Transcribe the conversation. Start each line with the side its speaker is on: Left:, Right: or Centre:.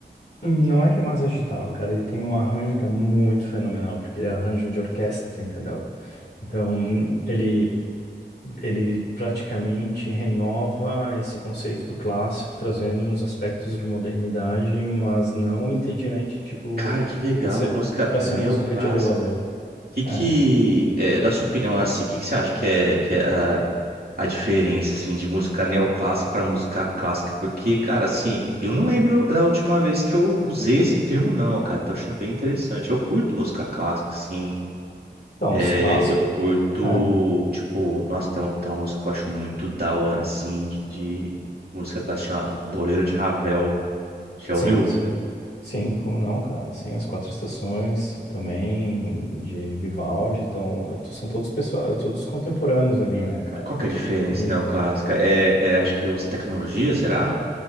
Left: Não é que é mais agitado, cara. Ele tem um arranjo que é muito fenomenal, porque ele é arranjo de orquestra, entendeu? Então, ele, Ele praticamente renova esse conceito do clássico, trazendo uns aspectos de modernidade, mas não entediante, tipo,
Right: Cara, que legal,
Left: para ser,
Right: música
Left: para ser
Right: neoclássica.
Left: música de elevador.
Right: Que que,
Left: É.
Right: é, da sua opinião, assim, o que que você acha que é, que é a a diferença, assim, de música neoclássica para música clássica, porque, cara, assim, eu não lembro da última vez que eu usei esse termo, não, cara, tô achando bem interessante. Eu curto música clássica, assim,
Left: Então,
Right: é,
Left: os clássicos.
Right: eu curto,
Left: É,
Right: tipo, nossa, tem, um- tem uma música que eu acho muito da hora, assim, de, de música clássica, chama Boleiro de Ravel, já
Left: sim,
Right: ouviu?
Left: sim. Sim, como não, cara? Sim, as quatro estações também, de Vivaldi, então, to- são todos pessoa, todos contemporâneos ali, né, cara?
Right: Qual que é a diferença
Left: E,
Right: neoclássica? É, é, acho que usa tecnologia, será?